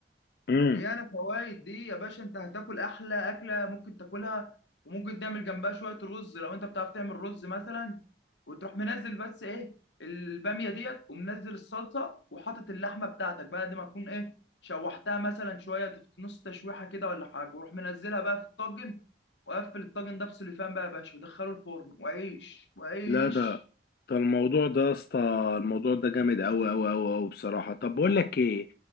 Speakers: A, on the left; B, on the left.
A: امم
B: مليانه فوائد دي يا باشا انت هتاكل احلى اكله ممكن تاكلها وممكن تعمل جنبها شويه رز لو انت بتعرف تعمل رز مثلا وتروح منزل بس ايه الباميه ديت ومنزل الصلصه وحاطط اللحمه بتاعتك بعد ما تكون ايه شوحتها مثلا شويه تف- نص تشويحه كده ولا حاجه وروح منزلها بقى في الطاجن وقفل الطاجن ده بسوليفان بقى يا باشا ودخله الفرن وعيش وعيش
A: لا ده ده الموضوع ده يا اسطى الموضوع ده جامد قوي قوي قوي قوي بصراحه طب بقول لك ايه